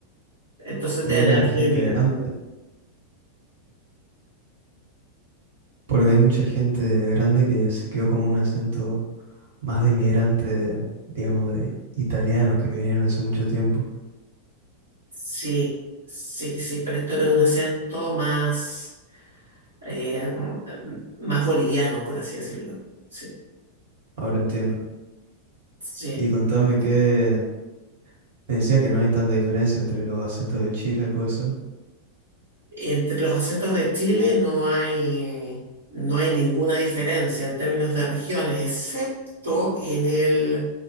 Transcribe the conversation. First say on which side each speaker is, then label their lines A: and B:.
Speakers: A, on the right; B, on the right.
A: Entonces
B: y
A: deben
B: era
A: haber
B: gente
A: sido inmigrantes.
B: grande, porque hay mucha gente grande que se quedó como un acento más de inmigrante, digamos, de italianos que vinieron hace mucho tiempo.
A: Sí, sí, sí, pero esto era de un acento más. eh, más boliviano, por así decirlo. Sí,
B: Ahora entiendo.
A: sí.
B: Y contame que me decía que no hay tanta diferencia entre los acentos de Chile, ¿puede ser?
A: Entre los acentos de Chile no hay, eh, no hay ninguna diferencia en términos de regiones, excepto en el,